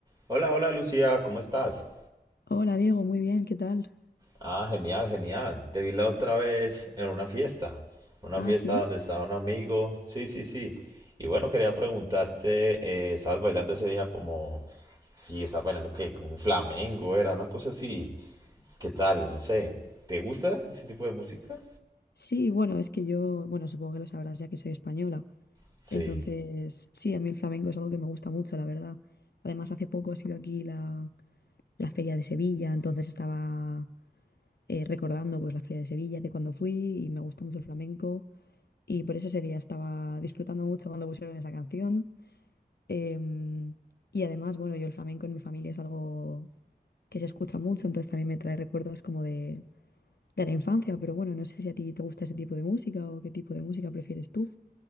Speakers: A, on the right; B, on the left.
A: Hola, hola Lucía, ¿cómo estás?
B: Hola Diego, muy bien, ¿qué tal?
A: Ah, genial, genial. Te vi la otra vez en una fiesta, una
B: Ah,
A: fiesta
B: sí.
A: donde estaba un amigo. Sí, sí, sí. Y bueno, quería preguntarte, eh, ¿estabas bailando ese día como, sí, estabas bailando que como un flamenco, era una cosa así? ¿Qué tal? No sé. ¿Te gusta ese tipo de música?
B: Sí, bueno, es que yo, bueno, supongo que lo sabrás ya que soy española.
A: Sí.
B: Entonces, sí, a mí el flamenco es algo que me gusta mucho, la verdad. Además, hace poco ha sido aquí la, la Feria de Sevilla, entonces estaba eh, recordando pues la Feria de Sevilla de cuando fui y me gusta mucho el flamenco y por eso ese día estaba disfrutando mucho cuando pusieron esa canción. Em, y además, bueno, yo el flamenco en mi familia es algo que se escucha mucho, entonces también me trae recuerdos como de de la infancia, pero bueno, no sé si a ti te gusta ese tipo de música o qué tipo de música prefieres tú.